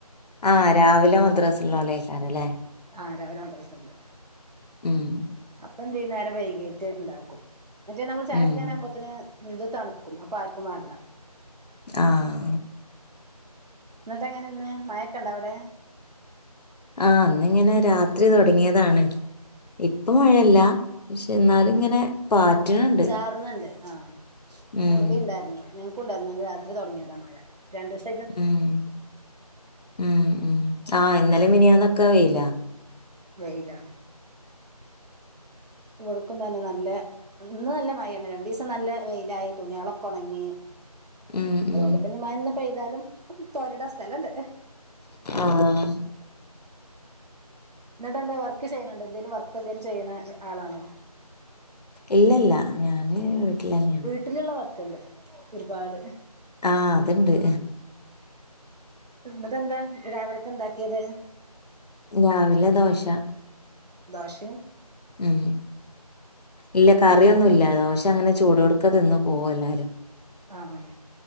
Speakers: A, on the left; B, on the right.
A: ആഹ് രാവിലെ മദ്രസുള്ളോരെയ്ക്കാരല്ലേ?
B: ആഹ് രാവിലെ മദ്രസ്ണ്ട്.
A: ഉം
B: അപ്പൊന്തിയ്യും നേരം വൈകീട്ട് ഇണ്ടാക്കും. മറ്റേ നമ്മൾ ചായുടിക്കാനാകുമ്പോത്തിന്
A: ഉം
B: ഇത് തണുക്കും അപ്പൊ ആർക്കും വാണ്ട.
A: ആഹ്.
B: എന്നിട്ടെങ്ങനെ ഇന്ന്, മഴക്കണ്ടോ അവിടെ?
A: ആഹ് ഇന്നിങ്ങനെ രാത്രി തുടങ്ങിയതാണ്. ഇപ്പ മഴയില്ല. പക്ഷെ എന്നാലും ഇങ്ങനെ പാറ്റണ്
B: ചാറ്ന്ന്ണ്ട് ആഹ്.
A: ഉം
B: അതിവിടീം ഇണ്ടായിരുന്നു. ഞാ ക്കുണ്ടാർന്നു ഇന്നലെ രാത്രി തൊടങ്ങിയതാ മഴ. രണ്ടുസ്
A: ഉം. ഉം ഉം. ആഹ് ഇന്നലെയും മിനിയാന്നൊക്കെ വെയിലാ.
B: വെയിലാ. ഇവ്ട്ക്കും തന്നെ നല്ല ഇന്ന് നല്ല മഴയാണ്. രണ്ടീസം നല്ല വെയിലായി തുണിയേളൊക്കൊണങ്ങി.
A: ഉം ഉം
B: അതുകൊണ്ട്പ്പ ഇനി മഴന്ന് പെയ്താലും തോരിടാൻ സ്ഥലണ്ട്.
A: ആഹ്.
B: എന്നിട്ടെന്താ വർക്ക് ചെയ്യണണ്ടോ? എന്തേലും വർക്ക് എന്തേലും ചെയ്യണ ആളാണോ?
A: ഇല്ലല്ല. ഞാന് വീട്ടിലന്നെയാണ്.
B: ട്ടില്ള്ള വർക്ക്ണ്ട് ഒരുപാട്.
A: ആഹ് അത്ണ്ട്.
B: ഇന്ന്ട്ടെന്താ രാവിലക്ക് ഇണ്ടാക്കീത്?
A: രാവിലെ ദോശ.
B: ദോശയാ?
A: ഉം. ഇല്ല കറിയൊന്നുല്ല. ദോശങ്ങനെ ചൂടോട്ക്കെ തിന്ന് പോവു എല്ലാരും.
B: ആഹ് ആഹ്.